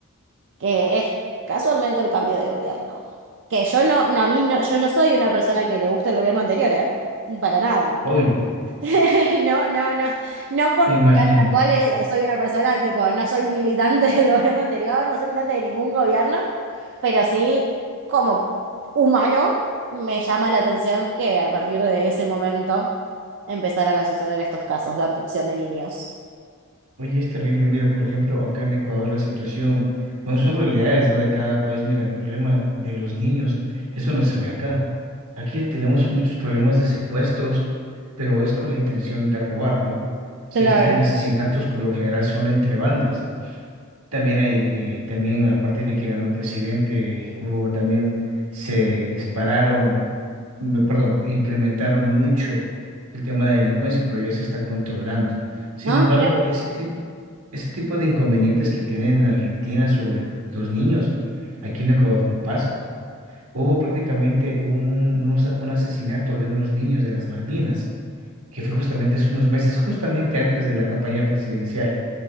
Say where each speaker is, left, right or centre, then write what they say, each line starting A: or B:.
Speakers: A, on the right; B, on the right.
A: que es casualmente el cambio de gobierno. Que yo no, no, a mí no, yo no soy una persona que le gusta el gobierno anterior, ¿eh? Para nada.
B: Obvio,
A: <laughs> No, no, no. No porque
B: me imagino.
A: el actual es- soy una persona tipo, no soy militante <laughs> del gobierno anterior, no soy militante de ningún gobierno, pero sí, como humano, me llama la atención que a partir de ese momento empezaran a suceder estos casos de abducción de niños.
B: Oye, es terrible. Mira, por ejemplo, acá en Ecuador la situación, bueno, son realidades, ¿no? De cada país. Mira, el problema de los niños, eso no se ve acá. Aquí tenemos muchos problemas de secuestros, pero es con la intención de robar, ¿no? Si
A: Claro.
B: existen asesinatos, por lo general son entre bandas. También hay, eh, también a partir de que ganó el presidente, hubo también, un- se dispararon, me- perdón, incrementaron mucho el tema de delincuencia, pero ya se está controlando. Sin
A: No,
B: embargo,
A: mira,
B: ese tipo, ese tipo de inconvenientes que tienen en Argentina sobre los niños, aquí en Ecuador no pasa. Hubo prácticamente un, unos- un asesinato de unos niños de las Malvinas, que fue justamente hace unos meses, justamente antes de la campaña presidencial.